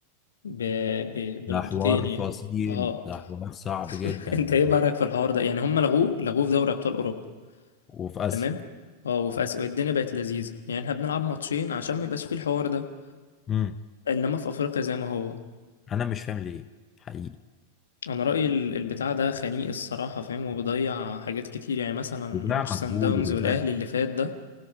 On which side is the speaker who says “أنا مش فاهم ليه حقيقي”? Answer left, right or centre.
Left